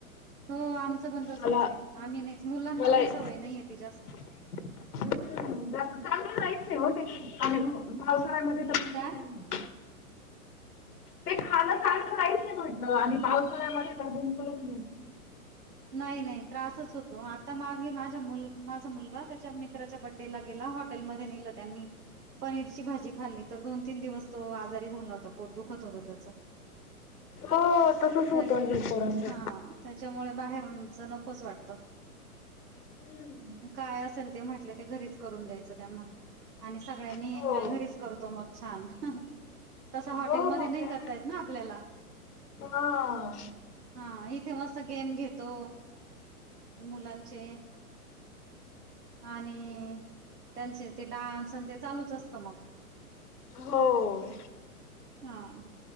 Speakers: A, on the right; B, on the left.
A: हो आमचं पण तसंच
B: मला
A: आहे आम्ही नाहीच मुलांना
B: मला
A: पण सवय नाहीये ते जास्त
B: हम्म जास्त चांगलंय नाहीच आहे ओ <unintelligible> पावसाळ्यामध्ये तर बिलकुल
A: काय
B: नाहीये. ते खाणं चांगल नाहीच म्हटलं आणि पावसाळ्यामध्ये तर बिलकुलच नाही
A: नाही नाही त्रास सच होतो. आता मागे माझ मु माझा मुलगा त्याच्या मित्राच्या बड्डेला गेला हॉटेलम ध्ये नेल त्यांनी पनीरची भाजी खाल्ली, तर दोन तीन दिवस तो आजारी झाला होता पोट दुखत होता त्याच.
B: हो तसच होतं
A: तर
B: आणि हे पोरांचं
A: हा त्याच्यामुळे बाहेरूनच नकोच वाटत.
B: हम्म.
A: काय असेल ते म्हटलं ते घरीच करून द्यायचं त्यांना आणि सगळ्यांनी
B: हो
A: एन्जॉय घरीच करतो मग छान तस
B: हो
A: हॉटेलमध्ये
B: मग
A: नाही
B: काय
A: करतायेत ना आपल्याला.
B: हा.
A: हां इथे मस्त गेम घेतो मुलांचे आणि त्यांचे ते डान्स अन ते चालूच असतं मग
B: हो.
A: हां,